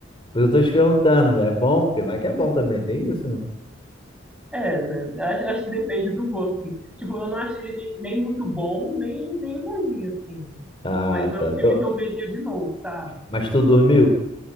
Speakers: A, on the left; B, in the centre.
A: Pois eu tô te perguntando, é bom? Porque vai que é bom também, tem isso, né?
B: É, eu acho, acho que depende do gosto, assim. Tipo, eu não acho ele nem, nem muito bom, nem, nem ruim, assim.
A: Ah,
B: Mas não é
A: tá.
B: um filme
A: Tu-
B: que eu veria de novo, sabe?
A: Mas tu dormiu?